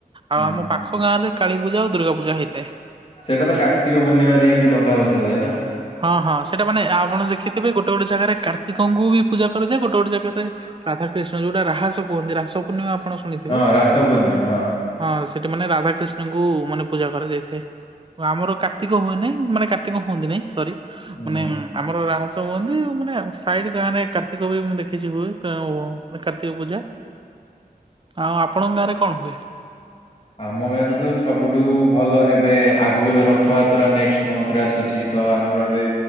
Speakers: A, on the left (about 35°); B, on the right (about 35°).
A: ହୁଁ।
B: ଆଉ ଆମ ପାଖ ଗାଁରେ କାଳୀ ପୂଜା ଆଉ ଦୁଗାୂ ପୂଜା ହେଇ
A: ସେଇଟା ତ କାର୍ତିକ ପୂର୍ଣିମାରେ ହିଁ ଯୋଉ ଡଙ୍ଗା ହୁଏ ନା
B: ହଁ ହଁ ସେଇଟା ମାନେ ଆପଣ ଦେଖିଥିବେ ଗୋଟେ ଗୋଟେ ଜାଗାରେ କାର୍ତ୍ତିକଙ୍କୁ ବି ପୂଜା କରାଯାଏ ଗୋଟେ ଗୋଟେ ଜାଗାରେ ରାଧା କୃିଷ୍ଣ ଯୋଉଟା ରାସ କୁହନ୍ତି ରାସ ପୂର୍ଣ୍ଣିମା ଆପଣ ଶୁଣିଥିବେ
A: ହଁ ରାସ ପୂର୍ଣ୍ଣିମା ହଁ।
B: ହଁ ସେଠି ମାନେ ରାଧାକ୍ରୃିଷ୍ଣଙ୍କୁ ମାନେ ପୂଜା କରାଯାଇଥାଏ ଆମର କାର୍ତ୍ତିକ ହୁଏ ନାାଇଁ ମାନେ ଏ ହୁହନ୍ତି ନାଇଁ ସରି
A: ହୁଁ
B: ମାନେ ଆମରହସ ହୁନ୍ତି ମାନେ ସାଇଡ ଗାଁରେ କାର୍ତ୍ତିକ ବି ମୁଁ ଦେଖିଛି ହୁଏ କାର୍ତ୍ତିକ ପୂଜା
A: <inaudible>
B: ଆଉ ଆପଣଙ୍କ ଗାଁରେ କଣ ହୁଏ
A: ଆମ ଗାଁରେ ସବୁଠୁ ଭଲ ଏବେ ଆଗକୁ ଏବେ ରଥଯାତ୍ରା ନେକ୍ସ ମନ୍ଥ ରେ ଆସୁଛି ତ ଆମର ଏବେ